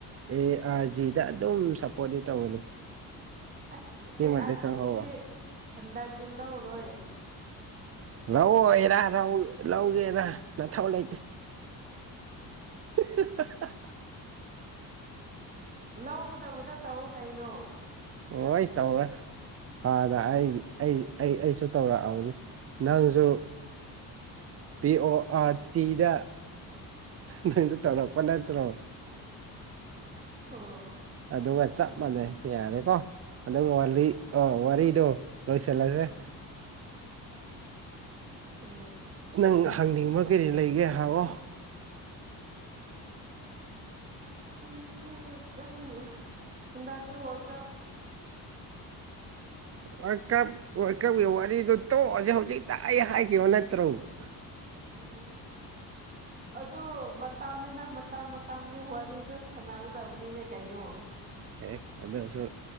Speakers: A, on the right (about 40°); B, on the right (about 25°).
A: ꯑꯦ ꯑꯥꯔ ꯖꯤꯗ ꯑꯗꯨꯝ ꯁꯞꯄꯣꯔꯠꯇꯤ ꯇꯧꯒꯅꯤ
B: ꯑꯁ
A: ꯁꯤꯃꯗꯤ
B: ꯑꯦ ꯑꯥꯔꯖꯤꯗꯤ
A: ꯈꯪꯍꯧꯔꯣ
B: ꯍꯟꯗꯛꯇꯤ ꯂꯧꯔꯣꯏ ꯑꯩ
A: ꯂꯧꯑꯣꯏꯔꯥ ꯂꯧ ꯂꯧꯒꯦꯗ ꯅꯊꯧ ꯂꯩꯇꯦ <inaudible>
B: ꯂꯧꯒꯗꯕꯗ ꯇꯧꯑꯣ ꯀꯩꯅꯣ
A: ꯑꯣ ꯑꯩ ꯇꯧꯔꯦ ꯐꯥꯗ ꯑꯩ ꯑꯩ ꯑꯩ ꯑꯩꯁꯨ ꯇꯧꯔꯛꯑꯕꯅꯤ ꯅꯪꯁꯨ ꯄꯤ ꯑꯣ ꯑꯥꯔ ꯇꯤꯗ ꯅꯪꯁꯨ ꯇꯧꯔꯛꯄ ꯅꯠꯇ꯭ꯔꯣ
B: ꯍ <unintelligible>
A: ꯑꯗꯨꯒ ꯆꯞ ꯃꯥꯟꯅꯩ ꯌꯥꯔꯦꯀꯣ ꯑꯗꯨꯒ ꯋꯥꯔꯤ ꯋꯥꯥꯔꯤꯗꯣ ꯂꯣꯏ ꯁꯜꯂꯥꯁꯦ
B: ꯎꯝ ꯎꯝ <unintelligible>
A: ꯅꯪ ꯍꯪꯅꯤꯡꯕ ꯀꯩꯔꯤ ꯂꯩꯒꯦ ꯍꯪꯉꯑꯣ
B: ꯈꯪꯅꯤꯡꯕꯒ ꯑꯗꯨꯝ ꯍꯟꯗꯛꯇꯇꯩ world cup
A: world cup war ꯀꯞꯀꯤ ꯋꯥꯔꯤꯗꯨ ꯇꯣꯛꯑꯖꯦ ꯍꯧꯖꯤꯛꯇ ꯑꯩ ꯍꯥꯏꯈꯤꯕ ꯅꯠꯇ꯭ꯔꯣ <unintelligible>
B: ꯎꯝ ꯑꯗꯣ ꯃꯇꯝꯅꯤꯅ ꯃꯇꯝ ꯇꯝꯒꯤ ꯋꯥꯔꯤꯗꯣ ꯁꯥꯟꯅꯒꯗꯕꯅꯤꯅꯦ ꯀꯩꯅꯣ
A: ꯑꯦ ꯑꯗꯨꯁꯨ